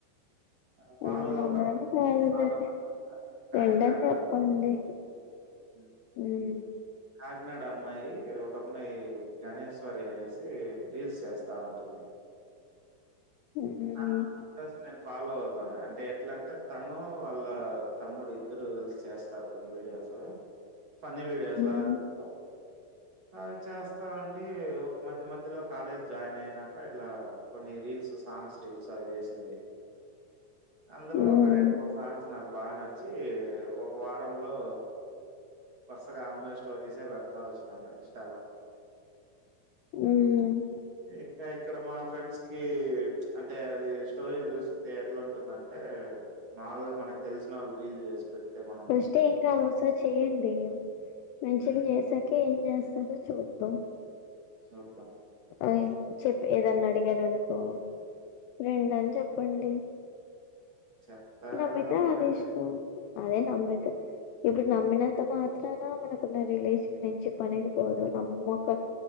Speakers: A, on the right; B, on the left.
A: ఆహ్, మామూలుగా
B: మ్ ఏమన్న
A: ఒక అమ్మాయి
B: అంటే కాదులెండి
A: ఫాలో అవుతుంటా.
B: ఫ్రెండ్
A: కాకినాడ
B: అన్ చెప్ పండి
A: హ్మ్.
B: మ్
A: కాకినాడ అమ్మాయి ఒక అమ్మాయి గణేశ్వరి అనేసి రీల్స్ చేస్తా ఉంటుంది.
B: ఉమ్
A: తనా నేన్ ఫాలో అవుతాను అంటే ఎట్లంటే తనూ వాళ్ళ తమ్ముడు ఇద్దరు కలిసి చేస్తారు. కొన్ని వీడియోస్ పన్నీ వీడియోస్లా
B: ఉమ్
A: చేస్తారు. సో అవి చేస్తా అండి ఒక్ మధ్య మధ్యలో కాలేజ్ జాయిన్ అయినాక ఇట్లా కొన్ని రీల్స్ వస్ సాంగ్స్ రీల్స్ అవి చేసింది అందులో
B: ఉమ్
A: ఒక రెండు మూడు సాంగ్స్ నాకు బాగా నచ్ చ్చీ ఒక వారంలో వరుసగా అమ్మాయి స్టోరీసే పెడ్తా వచ్చి నేన్ ఇన్స్టాలో
B: మ్ మ్
A: ఇంకా ఇక్కడ మా ఫ్రెండ్స్కీ అంటే అదీ స్టోరీ చూస్తే ఎట్లుంటుందంటే మాముూల్గ మనక్ తెల్సిన వాళ్ళు రీల్ జే పెడ్తే మన
B: ఫస్టే ఏం కాద్ ఒకసార్ చేయండి మెన్షన్
A: హ్మ్.
B: చేసా కే ఏం చేస్తాదో చూద్దాం.
A: చూద్దాం.
B: ఓయ్ చెప్పు ఏదన్ అడిగారనుకో ఫ్రెండ్ అన్ చెప్పండి
A: చెప్తా
B: నమ్మితే
A: కూడా నమ్మరండి
B: ఆ లిస్టు అదే నమ్మితె ఇప్పుడ్ నమ్మినంత మాత్రాన మనకున్న రిలేష ఫ్రెండ్షిప్ అనేది పోదు నమ్మక